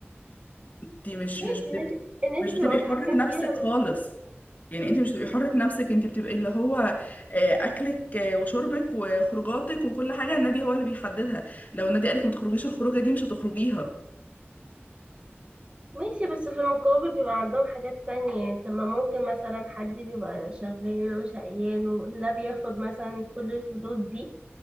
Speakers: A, on the left (about 40°); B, on the right (about 30°).
A: انت مش
B: ماشي
A: مش بتبقي
B: النادي النادي
A: مش
B: بيبقى
A: بتبقي
B: متحكم
A: حرة نفسك
B: فيها بس
A: خالص يعني انت مش بتبقي حرة نفسك انت بتبقي اللي هو آه، اكلك آه، وشربك وخروجاتك وكل حاجة النادي هو اللي بيحددها لو النادي قالك ما تخرجيش الخروجة دي مش هتخرجيها
B: ماشي بس في المقابل بيبقى عندهم حاجات تانية يعني طب ما ممكن مثلا حد بيبقى شغال وشقيان ولا بياخد مثلا كل الفلوس دي